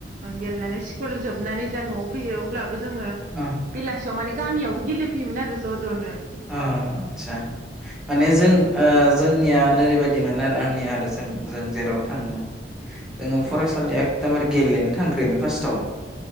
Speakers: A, on the right; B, in the centre.
A: गेलेनानै सि स्कुल जोबनानै जा न'आव फैयो अब्ला जोङो
B: अ
A: बेलासियाव माने गामियावबो गेलेफैयोमोन आरो ज' ज'नो
B: अ आदसा माने जों
A: औ
B: ओ जोंनिया नोरैबायदिमोन आरो आंनि आरो जों जों जेराव थाङोमोन जोङो
A: औ
B: फरायसालिया एगदमबारे गेलेनो थांग्रोयोमोन फार्स्टआव